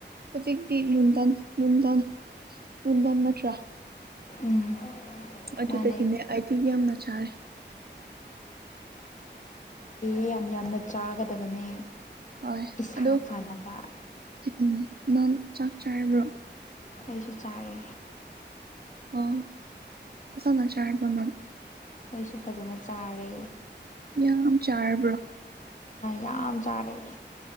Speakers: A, on the right (about 55°); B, on the left (about 40°).
A: ꯍꯧꯖꯤꯛꯇꯤ ꯅꯨꯡꯊꯟ ꯅꯨꯡꯊꯟ ꯅꯨꯡꯅꯨꯡꯊꯟ ꯅꯠꯇ꯭ꯔꯥ
B: ꯎꯝ
A: ꯑꯗꯨꯗꯒꯤꯅꯦ
B: ꯃꯥꯅꯦ
A: ꯑꯩꯗꯤ ꯌꯥꯝꯅ ꯆꯥꯔꯦ
B: ꯑꯩ ꯌꯥꯝ ꯌꯥꯝꯅ ꯆꯥꯒꯗꯕꯅꯦ
A: ꯍꯣꯏ
B: ꯏꯁꯥ
A: ꯑꯗꯣ
B: ꯐꯅꯕ
A: ꯎꯝ ꯅꯪ ꯆꯥꯛ ꯆꯥꯔꯕ꯭ꯔꯣ
B: ꯑꯩꯁꯨ ꯆꯥꯔꯦ
A: ꯑ ꯐꯁ ꯅ ꯆꯥ ꯅꯜ
B: ꯑꯩꯁꯨ ꯐꯖꯅ ꯆꯥꯔꯦ
A: ꯌꯥꯝ ꯆꯥꯔꯕ꯭ꯔꯣ
B: ꯌꯥꯝ ꯆꯥꯔꯦ